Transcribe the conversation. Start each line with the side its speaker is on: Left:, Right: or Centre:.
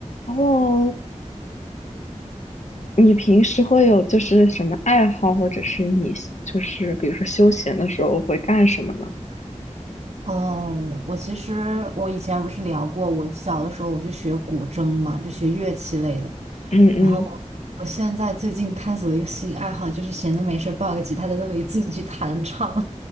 Left: 哦，你平时会有就是什么爱好，或者是你就是比如说休闲的时候会干什么呢？
Right: 哦，我其实我以前不是聊过，我小的时候我就学古筝嘛，就学乐器类的。
Left: 嗯嗯，
Right: 然后我现在最近探索一个新爱好，就是闲的没事儿抱个吉他在那里自己弹唱。